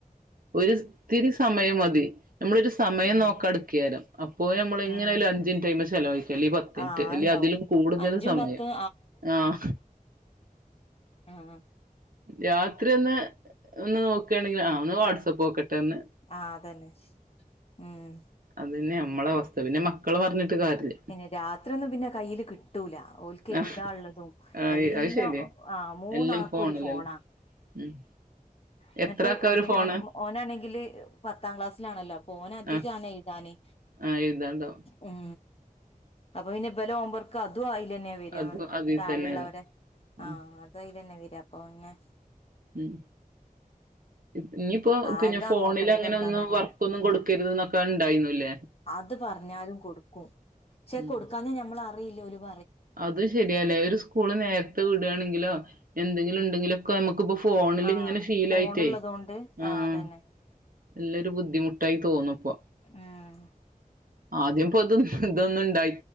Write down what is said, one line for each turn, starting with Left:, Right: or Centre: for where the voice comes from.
Right: ഒത്തിരി സമയം മതി നമ്മളൊരു സ മയം
Left: ഉം
Right: നോക്കട്ക്കെരം അപ്പോയ് നമ്മള ഇങ്ങനെയാലും
Left: ഉം
Right: അഞ്ചിറ്റ് ആയിമെ ചെലവഴി ല്ലെങ്കിൽ പത്തിനിറ്റ്
Left: ആഹ് അത്ണ്ടാവും
Right: അല്ല അതിലും കൂടുതൽ
Left: അഞ്ചും
Right: സമയം
Left: പത്തും
Right: ആഹ
Left: ആഹ
Right: രാത്രി ഒന്ന് ഒന്ന് നോക്കുകയാണെങ്കിൽ ആ ഒന്ന് വാട്സആപ്പ് നോക്കട്ടെ ഒന്ന്
Left: ആഹ അതന്നെ ഉം
Right: അത്ന്നെ നമ്മള അവസ്ഥ പിന്നെ മക്കള് പറഞ്ഞിട്ട് കാര്യല്ല
Left: പിന്നെ രാത്രിയ ഒന്നും പിന്നെ കയ്യിൽ കിട്ടൂല ഓലക്ക്
Right: ആഹ്
Left: എഴുതാള്ളതും
Right: ആഹ്
Left: എല്ലാം
Right: അത് ശരിയാ
Left: ആഹ മൂന്നാക്കും
Right: എല്ലാം ഫോണിലല്ലേ
Left: ഒരു ഫോണാ
Right: ഉം
Left: എന്നിട്ട്
Right: എത്രക്ക ഒരു
Left: പിന്നെ
Right: ഫോണ്
Left: ഓ- ഓനാണെങ്കില് പത്താം ക്ലാസ്സിലാണല്ലോ അപ്പൊ ഓന് അധികണ്
Right: ആഹ്
Left: എഴുതാന്
Right: ആഹ് എഴുതാൻ ഇണ്ടവും
Left: ഉം അപ്പൊ പിന്നെ ഇവലെ ഓംവർക് അതും അയില്ലന്നെയ വര
Right: അതും അതിൽ
Left: താഴെയുള്ളവരെ
Right: തന്നെയതാ ഉം
Left: ആഹ അ തും ആയില്ലെന്നെ വര അപ്പൊ പിന്നെ
Right: ഉം ഉം ഇനിയിപ്പോ
Left: ആരതാ
Right: പിന്നെ ഫോണിൽ
Left: നോക്കേണ്ടത്
Right: അങ്ങനെ
Left: എന്താന്ന്
Right: ഒന്നും
Left: അറിയില്ല
Right: വർക്ക ഒന്നും കൊടുക്കരുത് എന്നൊക്കെ ഇണ്ടായിരുന്നുല്ലേ
Left: അത് പറഞ്ഞാലും കൊടുക്കും ക്ഷെ
Right: ഉം
Left: കൊടുക്കാന്ന നഞമ്മള അറിയില്ല ഒരുപ
Right: അത് ശരിയല്ലേ ഒരു സ്കൂള് നേരത്തെ വിടുകയാണെങ്കിലോ എന്തെങ്കിലും ഇണ്ടെങ്കിലൊക്കെ നമുക്ക്പ്പോ ഫോ ഫോണിൽ
Left: ആ
Right: ഇങ്ങനെ ഫീല
Left: ഫോണുള്ളത്
Right: ആയിട്ടേ
Left: കൊണ്ട്
Right: ആഹ
Left: ആ അതന്നെ
Right: നല്ലരു ബുദ്ധിമുട്ടായി തോനുപ്പോ
Left: ആഹ
Right: ആദ്യം ഇപ്പോ അത ഇതൊന്നും ഇണ്ടായി